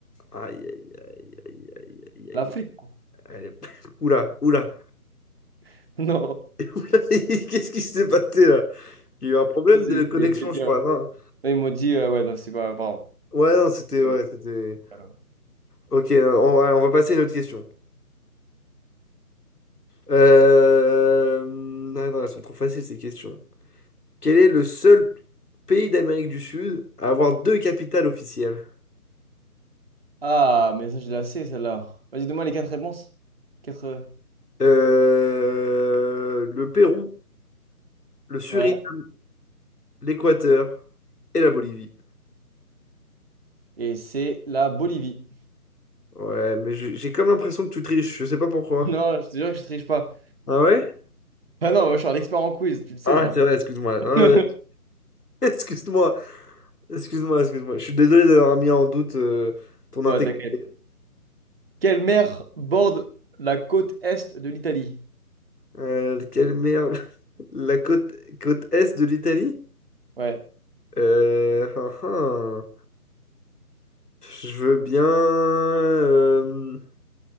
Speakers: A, on the left; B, on the right.
A: Aïe, aïe, aïe, aïe, aïe, aïe, aïe.
B: L'Afrique, quoi.
A: Elle est- <laughs> Oula, oula.
B: <laughs> Non.
A: <laughs> Qu'est-ce qui s'est passé là? Il y a eu un problème
B: Ça, c'est-
A: de connexion,
B: j'ai- j'ai dit,
A: je crois,
B: euh,
A: non?
B: là, Ils m'ont dit, euh, ouais, non, c'est pas, pardon.
A: Ouais, non, c'était... Ouais,
B: Euh,
A: c'était...
B: alors.
A: Ok, on va, on va passer à une autre question. Euh... Attends, elles sont trop faciles ces questions. Quel est le seul pays d'Amérique du Sud à avoir deux capitales officielles?
B: Ah, mais ça, je la sais, celle-là. Vas-y, donne-moi les quatre réponses. Quatre. euh,
A: Euh, le Pérou, le Suriname,
B: Ouais.
A: l'Équateur et la Bolivie.
B: Et c'est la Bolivie. <laughs>
A: Ouais, mais je- j'ai comme l'impression que tu triches, je sais pas pourquoi.
B: Non, je te jure que je triche pas.
A: Ah ouais?
B: <laughs> Ah non, moi, je suis un expert en quiz, tu le sais,
A: Ah,
B: ça.
A: c'est vrai, excuse-moi. Ah,
B: <laughs>
A: ouais. <laughs> excuse-moi, excuse-moi, excuse-moi. Je suis désolé d'avoir mis en doute euh, ton
B: Ouais,
A: intégrité.
B: t'inquiète. Quelle mer borde la côte est de l'Italie?
A: Euh, quelle merde. <laughs> La côte, côte est de l'Italie?
B: Ouais.
A: Euh, ah, ah. Je veux bien. euh,